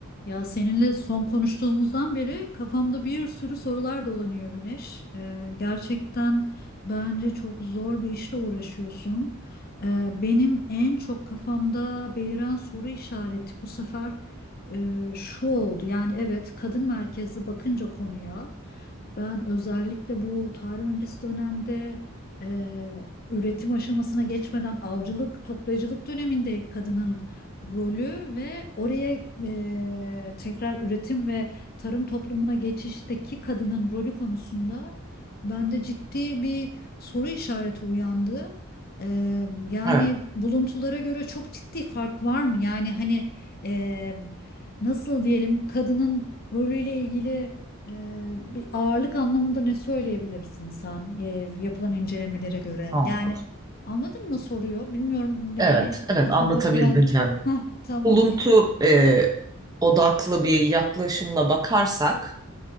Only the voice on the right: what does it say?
Evet,
anladım.
Evet, evet
anlatabildin
kendini.
Buluntu
e, odaklı bir yaklaşımla bakarsak